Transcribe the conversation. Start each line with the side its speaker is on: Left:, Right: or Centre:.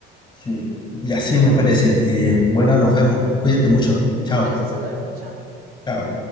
Left: sí, ya sí me parece. Eh, bueno, nos vemos, cuídate mucho, chao.
Right: Gracias, Eduardo, chao.
Left: Chao.